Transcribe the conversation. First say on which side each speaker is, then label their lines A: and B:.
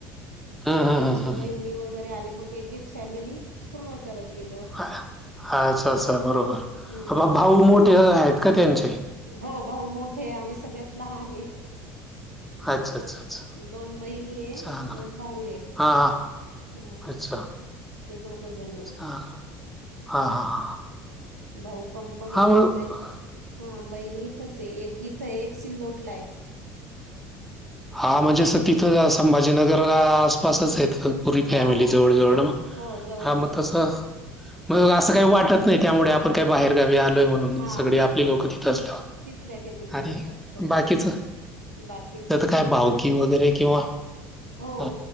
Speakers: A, in the centre; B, on the right.
A: हं,
B: मग
A: हं,
B: त्यांची
A: हं, हं,
B: वहिनी
A: हं.
B: वगैरे आले मग एक एक फॅमिली पूर्ण करत गेले.
A: अच्छा अच्छा बरोबर
B: हम्म
A: भाऊ मोठे आहेत का त्यांचे.
B: हो भाऊ मोठे आम्ही सगळ्यात लहान.
A: अच्छा अच्छा अच्छा.
B: दोन बहिणी ये
A: चांगलं
B: दोन
A: आहे.
B: भाऊ ये
A: हां, हां.
B: हा.
A: अच्छा.
B: हे दोघजन आहेत.
A: चांगलं. हां, हां, हां.
B: भाऊ कंपनी
A: हां, मग
B: ते ब हा बहिणी इथच एक इथं एक सिल्लोटला आहे.
A: हा म्हणजे अस तिथं संभाजीनगर आसपासच आहेत. पुरी फॅमिली
B: हो हो
A: जवळ जवळ
B: हो जवळ
A: हा मग
B: जवळच
A: तसं
B: आहे
A: होय असं काही वाटत नाही त्यामुळे आपण काही बाहेर गावी आलोय म्हणून
B: हा
A: सगळी आपली
B: हा
A: लोक तिथं असल्यावर
B: तिथल्या तिथेच
A: आणि
B: भेटतात सर्वे
A: बाकीच.
B: बाकीच सर्व
A: काय भावकी
B: ते-
A: वगैरे किंवा.
B: हो
A: अ